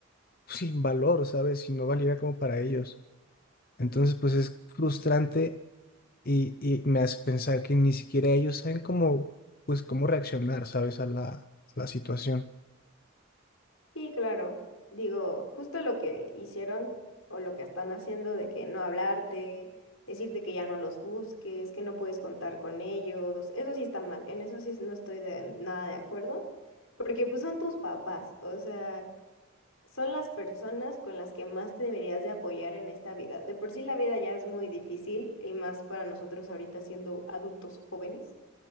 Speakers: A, on the left; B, on the left.
A: sin valor, ¿sabes? Sin no valía como para ellos. Entonces pues es frustrante y, y me hace pensar que ni siquiera ellos saben cómo, pues cómo reaccionar, ¿sabes? A la, a la situación.
B: Sí, claro. Digo, justo lo que hicieron o lo que están haciendo de que no hablarte, decirte que ya no los busques, que no puedes contar con ellos, eso sí está mal, en eso sí no estoy de nada de acuerdo, porque pues son tus papás, o sea, son las personas con las que más te deberías de apoyar en esta vida. De por sí la vida ya es muy difícil y más para nosotros ahorita siendo adultos jóvenes.